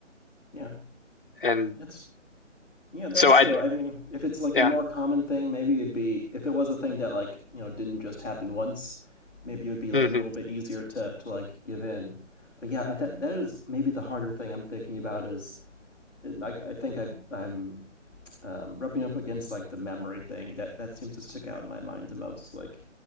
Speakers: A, in the centre; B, on the left.
A: Yeah.
B: and
A: That's yeah, that's
B: so
A: true.
B: I'd
A: I mean, if it's like
B: yeah.
A: a more common thing, maybe it'd be if it was a thing that like, you know, didn't just happen once, maybe it would be
B: hmm
A: like a little bit easier to to like give in. But yeah, I th- that is maybe the harder thing I'm thinking about is I I think I I'm um, rubbing up against like the memory thing that that seems to stick out in my mind the most like